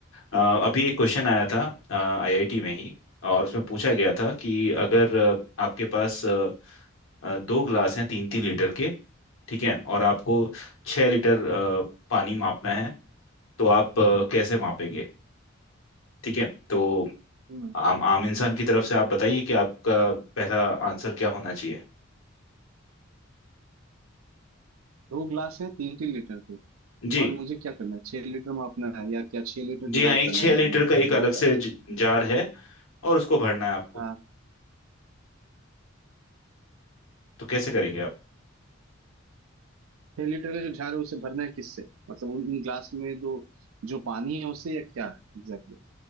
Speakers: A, on the left (about 80°); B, on the right (about 90°).
A: अ, अभी एक क्वेश्चन आया था आईआईटी में ही और उसमें पूछा गया था कि अगर अ, आपके पास अ, अ, दो ग्लास हैं तीन तीन लीटर के ठीक है और आपको छः लीटर अ, पानी मापना है तो आप अ, कैसे मापेंगे ठीक है तो
B: हम्म।
A: आम आम इंसान की तरफ से आप बताइए कि आपका पहला आंसर क्या होना चाहिए
B: दो ग्लास है तीन तीन लीटर के
A: जी
B: और मुझे क्या करना है छह लीटर मापना है या क्या छह लीटर
A: जी
B: डिवाइड
A: हाँ एक
B: करना
A: छः
B: है इन
A: लीटर
B: दोनों इक्वल
A: का एक अलग
B: या क्या
A: से
B: है?
A: ज- जार है और उसको भरना है आपको
B: हाँ
A: तो कैसे करेंगे आप
B: छह लीटर का जो झार है उसे भरना है किससे मतलब उन उन ग्लास में दो जो पानी है उसे या क्या एग्जैक्टली